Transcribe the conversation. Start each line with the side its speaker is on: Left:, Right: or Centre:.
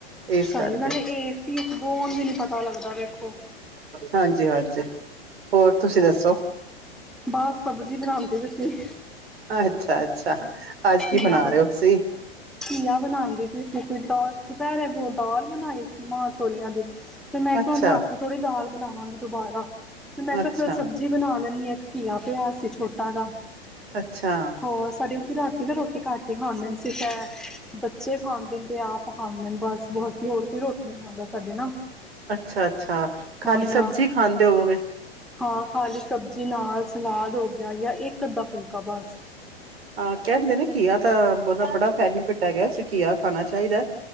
Right: ਇਸ
Centre: ਸਹੀ
Right: ਕਰਕੇ
Centre: ਨਾਲੇ ਏਸੀ ਚ ਬੋ ਉਂਜ ਵੀ ਨੀ ਪਤਾ ਲੱਗਦਾ ਵੇਖੋ
Right: ਹਾਂਜੀ ਹਾਂਜੀ ਹੋਰ ਤੁਸੀ ਦੱਸੋ
Centre: ਬਸ ਸਬਜ਼ੀ ਬਣਾਉਂਦੇ ਪੇਸੀ
Right: ਅੱਛਾ-ਅੱਛਾ ਅੱਜ ਕੀ
Centre: ਘੀਆ
Right: ਬਨਾ
Centre: ਬਣਾ
Right: ਰਹੇ ਹੋ ਤੁਸੀ
Centre: ਘੀਆ ਬਣਾਉਂਦੀ ਪਈ ਸੀ ਕੋਈ ਦਾਲ ਦੁਪਹਿਰੇ ਦਾਲ ਬਨਾਈ ਸੀ ਮਾਂ-ਚਛੋਲੀਆਂ ਦੀ ਤੇ ਮੈਂ ਕਿਹਾ
Right: ਅੱਛਾ
Centre: ਹੁਣ ਰਾਤੀ ਥੋੜੀ ਦਾਲ ਬਣਾਵਾਂਗੇ ਦੁਬਾਰਾ ਤੇ ਮੈਂ ਕਿਹਾ
Right: ਅੱਛਾ
Centre: ਚਲ ਸਬਜ਼ੀ ਬਣਾ ਲੈਂਨੀ ਹਾਂ ਇਕ ਕੀਆ ਪਿਆ ਸੀ ਛੋਟਾ ਜਿਹਾ
Right: ਅੱਛਾ
Centre: ਹੋਰ ਸਾਡੇ ਕਿਉਂਕਿ ਰਾਤੀ ਨਾ ਰੋਟੀ ਘੱਟ ਹੀ ਖਾਂਦੇ ਸਿਰਫ ਏਹ, ਬੱਚੇ ਖਾਂਦੇ ਨੇ ਤੇ ਆਪ ਖਾਂਦੇ ਬਸ, ਬਸ ਹੀ ਹੋਰ ਕੋਈ ਰੋਟੀ ਨੀ ਖਾਂਦਾ ਸਾਡੇ ਨਾ
Right: ਅੱਛਾ-ਅੱਛਾ ਖਾਲੀ
Centre: ਹਾਂ ਥੋੜਾ
Right: ਸਬਜ਼ੀ ਖਾਂਦੇ ਹੋਵੋਗੇ
Centre: ਹਾਂ ਖਾਲੀ ਸਬਜ਼ੀ ਨਾਲ ਸਲਾਦ ਹੋ ਗਿਆ ਯਾ ਇੱਕ ਅੱਧਾ ਫੁਲਕਾ ਬਸ
Right: ਹਾਂ ਕਹਿੰਦੇ ਨੇ ਘੀਆ ਤਾਂ ਓਦਾ ਬੜਾ ਬੈਨਿਫਿਟ ਹੈ ਘੀਆ ਖਾਣਾ ਚਾਹੀਦਾ